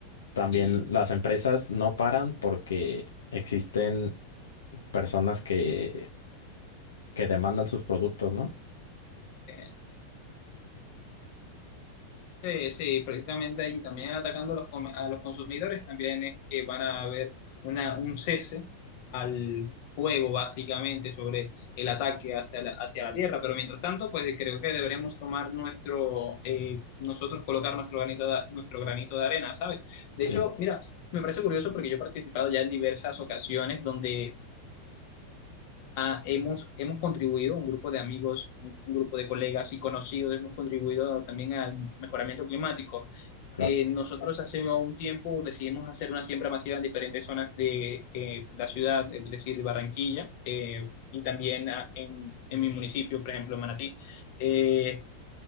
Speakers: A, on the left; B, on the left.
A: también
B: y
A: las empresas no paran porque existen personas que, que demandan sus productos, ¿no?
B: eh, Sí, sí, precisamente allí también atacando a los, come- a los consumidores, también es que van a haber una, un cese al fuego básicamente sobre el ataque hacia la, hacia la tierra, pero mientras tanto, pues creo que deberemos tomar nuestro, eh, nosotros colocar nuestro granito de, nuestro granito de arena, ¿sabes? De hecho,
A: Sí,
B: mira, me parece curioso porque yo he participado ya en diversas ocasiones donde... ah, hemos, hemos contribuido, un grupo de amigos, un un grupo de colegas y conocidos, hemos contribuido también al mejoramiento climático.
A: claro,
B: Eh, nosotros hace un tiempo decidimos hacer una siembra masiva en diferentes zonas de eh, la ciudad, es decir, Barranquilla, eh, y también ah, en, en mi municipio, por ejemplo, Manatí. Eh,